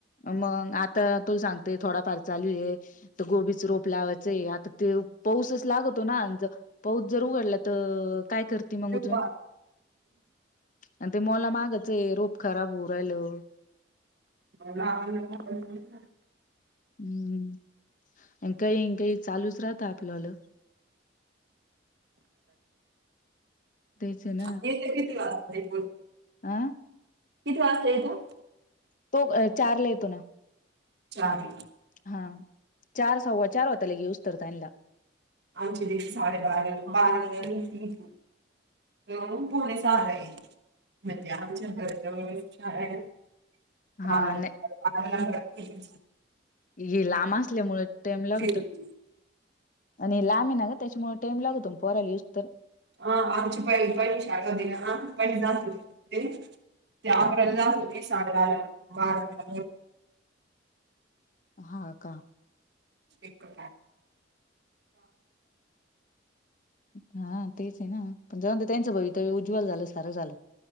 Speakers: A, on the left; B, on the right.
A: मग आता तू सांगते, थोडाफार चालू आहे. तर गोबीच रोप लावायचंय. आता ते पाऊसच लागतो ना.. ! पाऊस जर उघडला. तर काय करते, मग
B: तेव्हा
A: अजून आणि ते मला मागचय, रोप खराब होऊ राहिलं.
B: <inaudible>
A: हम् काही काही चालूच, राहत आपल्याल तेच आहे ना
B: किती वाजत.
A: हा
B: किती वाजलेत.
A: तो चारला येतो ना.
B: चारी
A: हा चार सव्वा चार, वा तल यऊज तरतायल.
B: आचे दे सा ब ब. येवून पोलीस येईल. म्हणजे आमच्या घरच्यावर शाळ आहे. ह
A: हा नाही
B: वत
A: हे लांब असल्यामुळ टाम लागत.
B: होती.
A: आणि लांबी ना का त्याच्यामुळे, टाईम लागत तो पोराला यज तर.
B: हा आमची पहि पहि शाळा, होती ना हा पहिणी जा होते ते. त्या वला होते. शाळाला बारला
A: हा का.
B: फिक.
A: हा तेच आहे ना पण जाऊन तर त्यांचं, भवितव्य उज्ज्वल झालं सारं झालं.